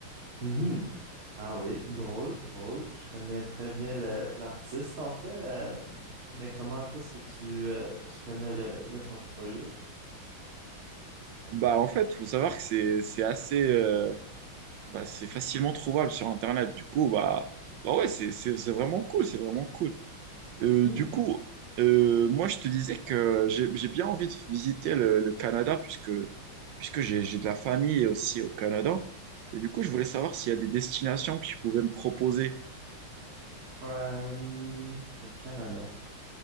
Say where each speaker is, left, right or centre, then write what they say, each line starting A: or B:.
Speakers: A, on the right; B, on the right.
A: Mhm. Ah oui, drôle, drôle. Je connais très bien le- l'artiste en fait, euh, mais comment est-ce que tu, euh, tu connais le, le portfolio?
B: Bah, en fait, faut savoir que c'est c'est assez. euh, bah, c'est facilement trouvable sur Internet. Du coup, bah, bah ouais, c'est, c'est, c'est vraiment cool, c'est vraiment cool. Euh,
A: Hmm.
B: du coup, euh, moi, je te disais que j'ai, j'ai bien envie de visiter le, le Canada puisque, puisque j'ai, j'ai de la famille aussi au Canada. Et du coup, je voulais savoir s'il y a des destinations que tu pouvais me proposer.
A: Euh, au Canada.